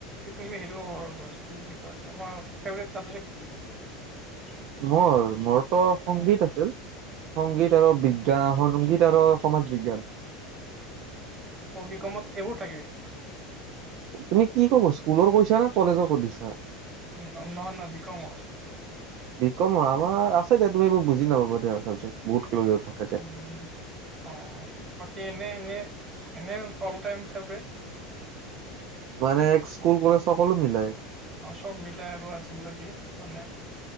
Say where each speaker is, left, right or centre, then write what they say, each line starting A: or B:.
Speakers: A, on the right (about 25°); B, on the right (about 50°).
A: তুমি হেৰি কৰ্বা পাৰিবা। এই কি বুলি কয় তোমাৰ ফেভৰেক্ত চাবজেক্ট কি? <unintelligible>
B: মোৰ মোৰ তো সংগীত
A: অ',
B: আছিল। সংগীত আৰু বিজ্ঞান সংগীত আৰু সমাজ বিজ্ঞান।
A: অ বিকমত এইবোৰ থাকে।
B: তুমি কি কব স্কুলৰ কৈছা না কলেজৰ সুধিছা?
A: উম নহয় নহয় বিকমৰ?
B: বিকমৰ, আমাৰ আছে দিয়া তুমি এইবোৰ বুজি নাপাবা দিয়া আচলতে বহুত কিবা কিবি থাকে তাত।
A: <unintelligible> অহ বাকী এনে এনে এনে অলটাইম ফেভৰেট? <unintelligible>
B: মানে স্কুল কলেজ সকলো মিলায়।
A: অ চব মিলাই এইবোৰ আছিল নেকি? মানে-